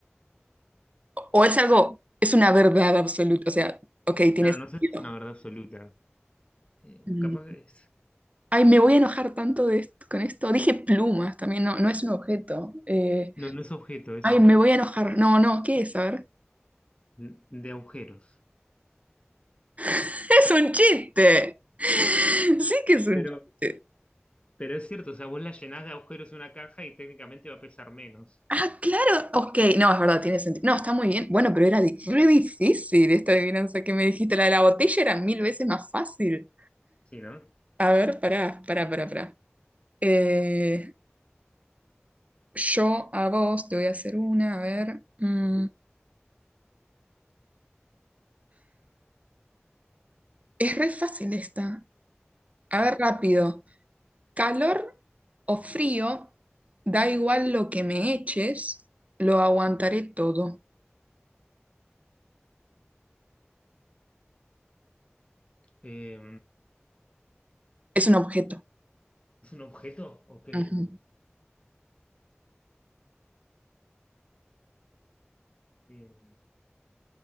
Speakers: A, on the right; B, on the left.
A: ¿O es algo, es una verdad absoluta? O sea, ok, tiene
B: No,
A: sentido.
B: no sé si es una verdad absoluta. Eh,
A: Mm.
B: capaz que es.
A: Ay, me voy a enojar tanto de est- con esto. Dije plumas también, no, no es un objeto. Eh,
B: No, no es objeto, es
A: ay, me voy a enojar. No, no, ¿qué es? A ver.
B: de agujeros.
A: <laughs> Es un chiste. Sí que es un
B: Pero,
A: chiste.
B: pero es cierto, o sea, vos la llenás de agujeros una caja y técnicamente va a pesar menos.
A: Ah, claro. Ok, no, es verdad, tiene sentido. No, está muy bien. Bueno, pero era di- re difícil esta adivinanza que me dijiste. La de la botella era mil veces más fácil.
B: Sí, ¿no?
A: A ver, pará, pará, pará, pará. Eh, yo a vos te voy a hacer una, a ver. mm,
B: Mm.
A: es re fácil esta. A
B: A
A: ver,
B: ver.
A: rápido. Calor o frío, da igual lo que me eches, lo aguantaré todo.
B: Eh,
A: Es un objeto.
B: ¿es un objeto? Ok.
A: Ujú.
B: Eh,